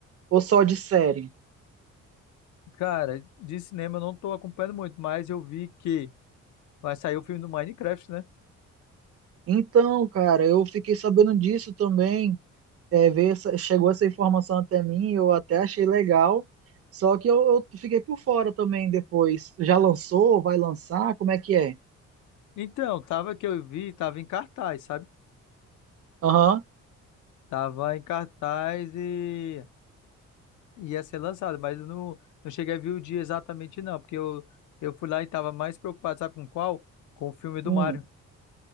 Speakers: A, on the right; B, on the left.
A: ou só de série?
B: Cara, de cinema eu não tô acompanhando muito, mas eu vi que vai sair o filme do Minecraft, né?
A: Então, cara, eu fiquei sabendo disso também. É, veio essa- chegou essa informação até mim, eu até achei legal. Só que eu, eu fiquei por fora também depois. Já lançou? Vai lançar? Como é que é?
B: Então, tava que eu vi, tava em cartaz, sabe?
A: Aham.
B: Tava em cartaz e e ia ser lançado, mas eu não, não cheguei a ver o dia exatamente não, porque eu, eu fui lá e tava mais preocupado, sabe com qual? Com o filme do
A: Hum.
B: Mario.